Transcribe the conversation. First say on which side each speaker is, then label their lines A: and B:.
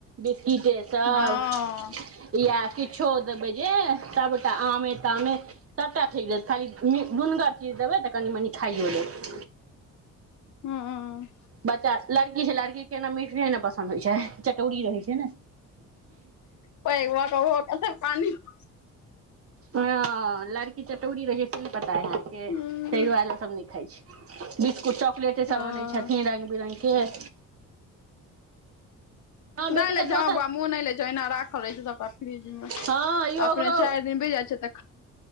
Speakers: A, on the right; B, on the left.
A: बिस्किटे तब
B: हँ
A: इएह किछो देबै जे सबटा आमे तामे सभटा फेक देत खाली नुनगर चीज देबै तऽ कनि मनि खाइयो लेत।
B: हँ
A: बच्चा लड़की छै लड़कीके ने मीठे ने पसन्द होइ छै चटौरी रहै छै ने।
B: प एकग व क कस पानी <unintelligible>
A: हँ लड़की चटौरी रहे छै, से नहि पता अहि अहाँके
B: हूं
A: तहि दुआरे ओ सब नहि खाइ छै बिस्कुट चॉकलेटे
B: हँ
A: सब अनै छथिन रंग बिरंग के <inaudible>
B: नहि
A: बेटी
B: ले
A: तऽ
B: छै
A: दोसर
B: हमर बौआ मुँह नहि लै छै एहिना राखल रहै छै सबटा फ्रिज मे
A: हँ यौ
B: अपने
A: ओकरो
B: चारि दिन बित जाय छै त